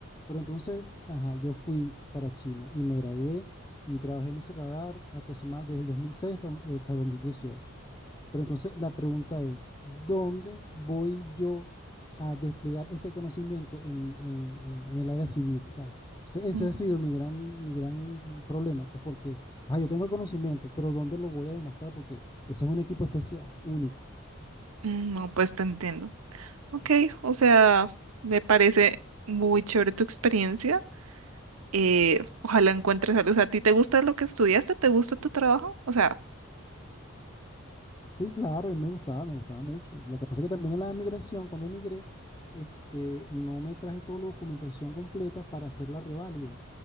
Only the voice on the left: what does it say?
Pero entonces, ajá, yo fui para China y me gradué y trabajé en ese radar aproximadamente desde el 2006 hasta hasta 2018. Pero entonces la pregunta es, ¿dónde voy yo a desplegar ese conocimiento en, en- en- en el área civil, ¿sabes? Ese ese
ha sido mi gran, mi gran problema, pues porque, ah, yo tengo el conocimiento, pero ¿dónde lo voy a demostrar? Porque eso es un equipo especial, único.
Sí, claro, y me gustaba, me gustaba mucho. Lo que pasa es que también en la emigración, cuando emigré, este, no me traje toda la documentación completa para hacer la reválida.